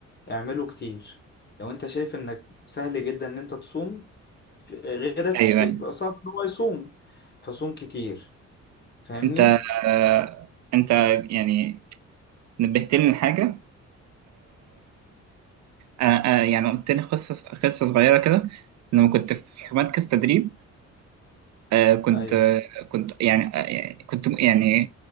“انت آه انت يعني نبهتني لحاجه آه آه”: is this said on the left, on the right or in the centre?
Right